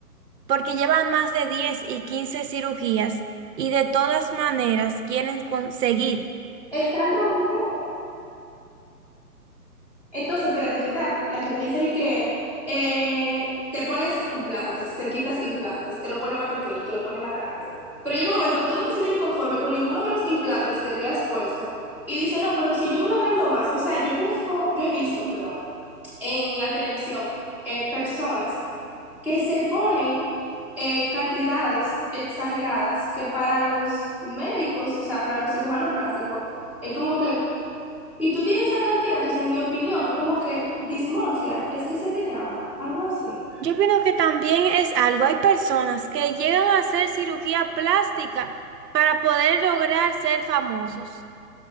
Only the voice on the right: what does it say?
porque llevan más de 10 y 15 cirugías y de todas maneras quieren conseguir.
Yo opino que también es algo, hay personas que llegan a hacer cirugía plástica para poder lograr ser famosos,